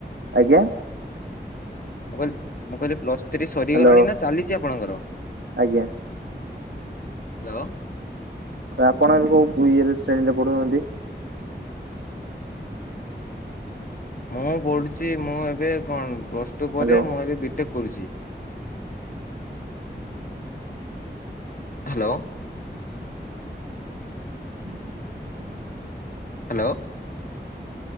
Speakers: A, on the right; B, on the left.
A: ଆଜ୍ଞା।
B: ମୁଁ କହିଲି ମୁଁ କହିଲି ପ୍ଲସ ଥ୍ରୀ ସରିଗଲାଣି
A: ହ୍ୟାଲୋ
B: ନା ଚାଲିଛି ଆପଣଙ୍କର ହ୍ୟାଲୋ
A: ଆଜ୍ଞା ଆପଣ ବି କୋଉ ଇଏରେ ଶ୍ରେଣୀରେ ପଢୁଛନ୍ତି?
B: ମୁଁ ପଢୁଛି ମୁଁ ଏବେ କଣ ପ୍ଲସ ଟୁ ପରେ
A: ହ୍ୟାଲୋ
B: ମୁଁ ଏବେ ବି ଟେକ୍ କରୁଛି। ହ୍ୟାଲୋ
A: ହୁଁ <inaudible>
B: ହ୍ୟାଲୋ